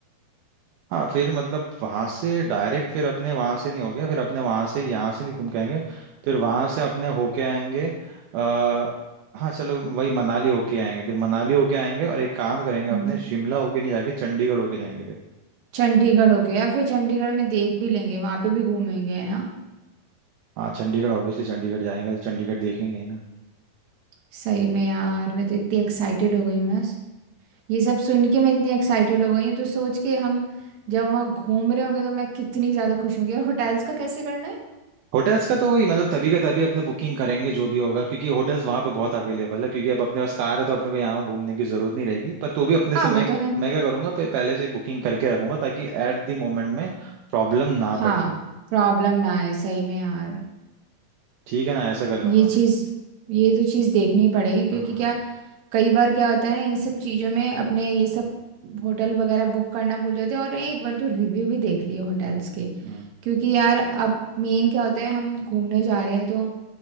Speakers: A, on the right; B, on the right.
A: हाँ फिर मतलब वहां से डायरेक्ट फिर अपने वहां से नहीं हो गया फिर अपने वहां से यहाँ से नहीं घूम के आएंगे फिर वहां से अपने होके आएंगे आ, हाँ चलो वही मनाली होके आएंगे फिर मनाली होके आएंगे और एक काम करेंगे अपने
B: हम्म
A: शिमला होके नहीं जाके चंडीगढ़ होके जाएंगे फिर
B: चंडीगढ़ हो गया फिर चंडीगढ़ में देख भी लेंगे वहां पे भी घूमेंगे है ना
A: हाँ चंडीगढ़ ऑब्वियसली चंडीगढ़ जाएंगे तो चंडीगढ़ देखेंगे ही ना
B: सही में यार मैं तो इतनी एक्साइटेड हो गई हूँ ना ये सब सुन के मैं इतनी एक्साइटेड हो गई हूँ तो सोच के हम जब वहाँ घूम रहे होंगे तो मैं कितनी ज़्यादा खुश होंगी और होटल्स का कैसे करना है
A: होटल्स का तो वही मतलब तभी का तभी अपने बुकिंग करेंगे जो भी होगा क्योंकि होटल्स वहां पे बहुत अवेलेबल है क्योंकि अब अपने पास कार है तो अपने को यहाँ घूमने की जरूरत नहीं रहेगी पर तो भी अपने
B: हाँ
A: से मैं
B: वो तो है
A: मैं क्या करूंगा पे- पहले से ही बुकिंग करके रखूंगा ताकि एट द मोमेंट में प्रॉब्लम ना
B: हाँ
A: पड़े
B: प्रॉब्लम ना आए सही में यार
A: ठीक है ना ऐसा कर लूंगा
B: ये चीज़ ये तो चीज़ देखनी पड़ेगी क्योंकि
A: हम्म
B: क्या कई बार क्या होता है ना इन सब चीज़ों में अपने ये सब होटल वगैरह बुक करना भूल जाते हैं और एक बार तो रिव्यू भी देख लियो होटल्स के
A: हम्म
B: क्योंकि यार अब मेन क्या होता है हम घूमने जा रहे हैं तो